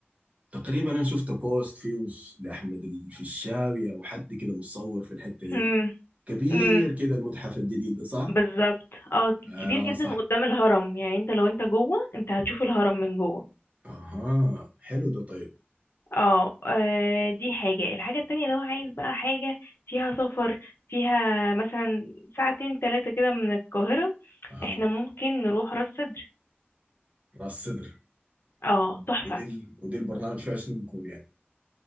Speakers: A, on the right (about 35°); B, on the left (about 70°).
A: تقريبا انا شفت بوست فيه لاحمد الفيشاوي او حد كده مصور في الحته دي
B: امم
A: كبير
B: امم
A: كده المتحف الجديد ده صح؟
B: بالظبط اه
A: اه
B: كبير جدا
A: صح
B: قدام الهرم يعني انت لو انت جوه انت هتشوف الهرم من جوه
A: اها حلو ده طيب
B: اه آه، دي حاجة الحاجة التانية لو عايز بقى حاجة فيها سفر فيها مثلا ساعتين تلاتة كده من القاهرة
A: اها
B: احنا ممكن نروح راس سدر
A: راس صدر
B: اه تحفة
A: ودي ال... ودي البرنامج فيها شنو بيكون يعني